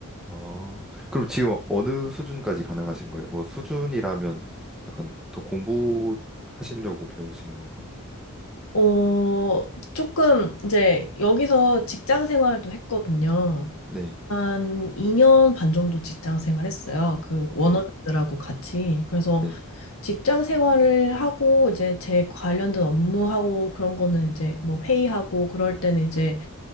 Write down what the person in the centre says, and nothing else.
아, 그럼 지금 어느 수준까지 가능하신 거예요? 뭐 수준이라면 약간 더 공부하시려고 배우시는 건가?
네,
네,
네.